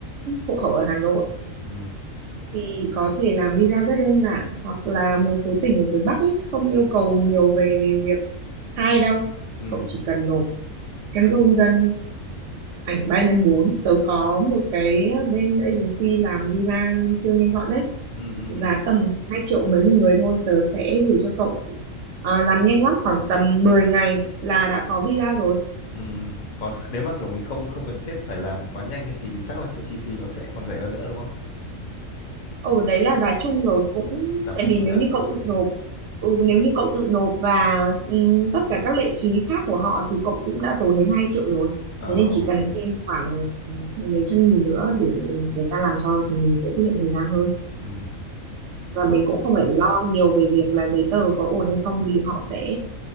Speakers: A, on the right; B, on the left.
A: hộ khẩu ở Hà Nội
B: ừ,
A: thì có thể làm visa rất đơn giản hoặc là một số tỉnh ở phía Bắc ấy không yêu
B: ừ,
A: cầu nhiều về việc khai đâu
B: ừ,
A: cậu chỉ cần nộp căn cước công dân ảnh ba nhân bốn tớ có một cái ờ, bên agency làm visa siêu nhanh gọn đấy
B: ừ, ừ,
A: giá
B: ừ.
A: tầm 2 triệu mấy một người thôi tớ sẽ gửi cho cậu Ờ, làm nhanh lắm khoảng tầm 10 ngày là đã có visa rồi
B: Ừ. Còn <laughs> nếu mà kiểu mình không không cần thiết phải làm quá nhanh ấy thì chắc là kiểu chi phí nó sẽ còn rẻ hơn nữa đúng không?
A: ừ đấy là giá chung rồi cũng
B: Giá
A: tại
B: chung
A: vì
B: rồi
A: nếu
B: à?
A: như cậu tự
B: Ừ.
A: nộp ừ, nếu như cậu tự nộp và ừm, tất cả các lệ phí khác của họ thì cậu cũng đã tốn đến 2 triệu rồi
B: Ờ
A: thế nên
B: ok.
A: chỉ cần thêm khoảng mấy trăm nghìn nữa để người ta làm cho thì mình sẽ tiết kiệm thời gian hơn
B: Ừ.
A: và
B: Ồ,
A: mình cũng không phải lo nhiều về việc là giấy tờ có ổn hay không vì họ sẽ